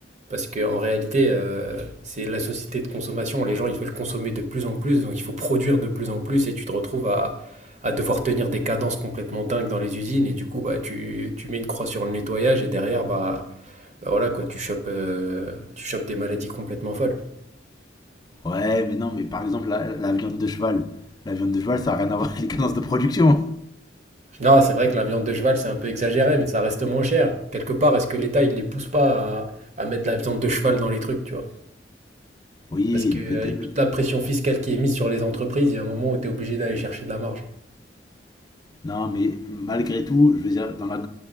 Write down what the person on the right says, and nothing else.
Parce qu'en réalité, euh, c'est la société de consommation. Les gens, ils veulent consommer de plus en plus, donc il faut produire de plus en plus, et tu te retrouves à, à devoir tenir des cadences complètement dingues dans les usines, et du coup, bah, tu, tu mets une croix sur le nettoyage, et derrière, bah, bah voilà, quoi, tu chopes, euh, tu chopes des maladies complètement folles.
Non, c'est vrai que la viande de cheval, c'est un peu exagéré, mais ça reste moins cher. Quelque part, est-ce que l'État, il les pousse pas à, à mettre de la viande de cheval dans les trucs, tu vois?
Parce qu'avec
toute la pression fiscale qui est mise sur les entreprises, il y a un moment où tu es obligé d'aller chercher de la marge.